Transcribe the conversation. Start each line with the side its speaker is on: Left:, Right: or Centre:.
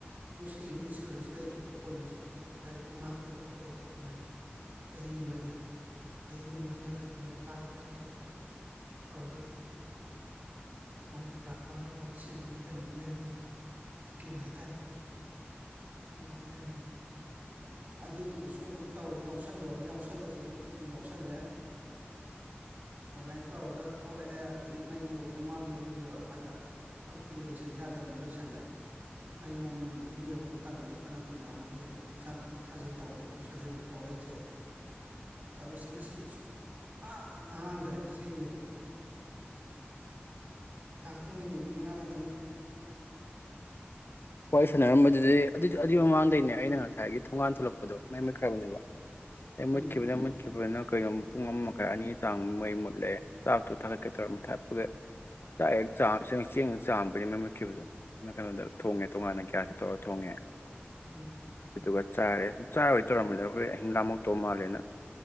Right: ꯃꯣꯏ ꯁꯤꯁꯤꯒꯤ ꯏꯟꯁꯨꯔꯦꯟꯁ ꯂꯩꯌꯦꯕꯀꯣ ꯐꯣꯟꯒꯤꯁꯨ ꯒꯥꯔꯤꯒ ꯃꯥꯡꯕ ꯈꯣꯠꯄ ꯇꯧꯕꯗꯣ ꯑꯗꯨꯃꯥꯏꯅ ꯆꯍꯤ ꯑꯃꯒꯤ ꯆꯍꯤ ꯑꯃꯒꯤ ꯃꯅꯨꯡꯗ ꯀꯩꯒꯨꯝꯕ ꯀꯥꯏꯕ ꯑꯇꯣꯏ ꯊꯣꯛꯣꯛꯄ ꯇꯧꯔꯒꯗꯤ ꯃꯣꯏꯅ ꯄꯨꯔꯥ ꯑꯃ ꯑꯅꯧꯕ ꯑꯃ ꯁꯤꯟꯕꯒꯤ ꯀꯩꯅꯣꯝ ꯂꯩꯔꯝꯃꯦꯕ ꯏꯁꯀꯤꯝ ꯍꯥꯏꯇꯥꯔꯦꯀꯣ ꯑꯗꯨꯒ ꯑꯃ ꯂꯩꯔꯝꯃꯤ ꯑꯗꯨꯒꯤꯗꯨꯁꯨ ꯑꯃꯨꯛ ꯇꯧꯔꯦ ꯌꯥꯎꯁꯜꯂꯣꯅꯤ ꯌꯥꯎꯁꯜꯂꯁ ꯑꯗꯨ ꯁꯨꯝ ꯌꯥꯎꯁꯜꯂꯦ ꯑꯗꯨꯃꯥꯏꯅ ꯇꯧꯔꯒ ꯊꯣꯛꯂꯛꯑꯦ ꯑꯗꯒꯤ ꯃꯩꯁꯨ ꯑꯃꯨꯛ ꯃ ꯃꯌꯨꯝ ꯌꯧꯔꯀꯥꯟꯗ ꯊꯕꯛ ꯇꯨꯗꯤ ꯂꯣꯏꯁꯤꯟ ꯌꯥꯗꯕꯅꯤ ꯂꯣꯏꯁꯤꯜꯂꯦ ꯃꯩ ꯃꯝꯅꯤ ꯑꯃꯨꯛ ꯏꯔꯨꯖꯕ ꯑꯃꯨꯛ ꯇꯟꯗꯅ ꯐꯅ ꯀꯨꯏꯅ ꯑꯃꯨꯛ ꯑꯩꯁꯦ ꯍꯛꯆꯥꯡ ꯍꯛꯆꯥꯡ ꯁꯥꯖꯦꯜ ꯇꯧꯒꯦꯗ ꯑꯃꯨꯛ ꯁꯥꯖꯦꯜ ꯑꯃꯨꯛ ꯇꯧ ꯂꯩꯊꯣꯛꯑꯦ ꯊꯕꯛꯁꯦ ꯉꯁꯤꯗꯁꯨ ꯍꯥꯡ ꯍꯥꯡꯗ꯭ꯔꯦ ꯉꯁꯤ ꯅꯨꯃꯤꯠꯇ ꯉꯥꯏꯍꯥꯛꯇꯪꯃꯤꯅꯤꯃꯤꯠ ꯃꯉꯥꯒ
Left: ꯋꯥꯔꯤꯏ ꯁꯥꯟꯅꯔꯝꯕꯗꯨꯗꯤ ꯑꯗꯨꯏ ꯃꯃꯥꯡꯗꯩꯅꯦ ꯑꯩꯅ ꯍꯥꯏꯥꯏꯦ ꯊꯣꯡꯒꯥꯟ ꯊꯣꯛꯂꯛꯄꯗꯣ ꯃꯦꯝꯃꯛꯈ꯭ꯔꯕꯅꯦꯕ ꯌꯥꯝꯃꯈꯤꯕꯕꯅꯦ
Right: ꯎꯝ
Left: ꯀꯠꯈꯤꯕꯗꯨꯅ ꯀꯩꯒꯨꯝꯕ ꯄꯨꯡ ꯑꯃ ꯃꯈꯥꯏ ꯑꯅꯤ ꯆꯥꯡ ꯃꯩ ꯃꯨꯠꯂꯛꯑꯦ ꯆꯥꯛꯇꯣ ꯊꯥꯒꯠꯀꯦ ꯇꯧꯔ ꯃ ꯊꯥꯠꯄꯒꯦ ꯆ ꯆꯥ ꯁ ꯆꯦꯡ ꯆꯥꯃꯨꯛꯩ ꯃꯦꯝꯃꯛꯠꯈꯤꯕꯗꯣ ꯁꯅ ꯀꯩꯅꯣꯗꯧ ꯊꯣꯡꯉꯦ ꯇꯣꯉꯥꯟꯅ ꯀꯌꯥ ꯈ ꯇꯧꯔꯒ ꯊꯣꯡꯉꯦ
Right: ꯎꯝ
Left: ꯑꯗꯨꯒ ꯆꯥꯔꯦ ꯑꯗꯨ ꯆꯥꯔꯣꯏ ꯇꯧꯔꯝꯕꯅꯤꯅ ꯍꯈꯣꯏ ꯑꯍꯤꯡ ꯂꯥꯝꯃꯧꯛꯇꯧ ꯃꯥꯜꯂꯦꯅ